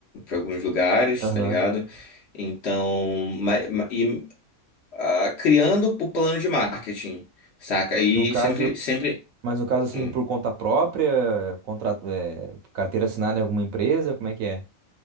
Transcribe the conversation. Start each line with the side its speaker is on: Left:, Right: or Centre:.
Left: alguns lugares,
Right: Aham.
Left: tá ligado? Então, ma- ma- e ah, criando o plano de marketing, saca? E
Right: No caso,
Left: sempre, sempre.
Right: mas no caso assim,
Left: hum.
Right: por conta própria, contrato, é, carteira assinada em alguma empresa, como é que é?